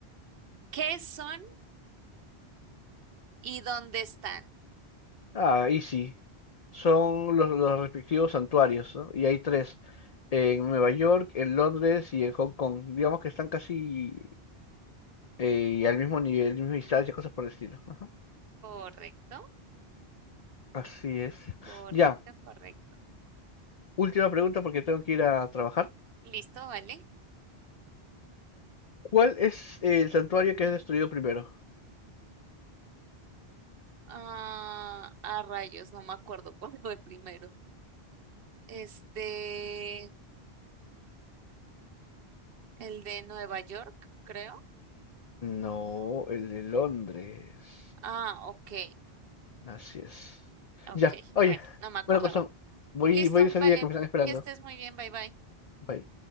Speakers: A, on the right; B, on the left.
A: ¿Qué son y dónde están?
B: Ah, y sí. Son los, los respectivos santuarios, ¿no? Y hay tres, en Nueva York, en Londres y en Hong Kong. Digamos que están casi eh, al mismo nivel, misma distancia, cosas por el estilo. Ajá.
A: Correcto,
B: Así es.
A: correcto,
B: Ya,
A: correcto.
B: última pregunta porque tengo que ir a trabajar.
A: Listo, vale.
B: ¿Cuál es el santuario que es destruido primero?
A: Ah, a rayos, no me acuerdo <laughs> cuál fue primero. Este, el de Nueva York, creo.
B: No, el de Londres.
A: Ah, ok,
B: Así es.
A: ok.
B: Ya, oye,
A: Bueno, no me acordaba.
B: bueno, corazón, voy,
A: Listo,
B: voy de salida
A: vale.
B: que me están esperando.
A: Que estés muy bien, bye bye.
B: Bye.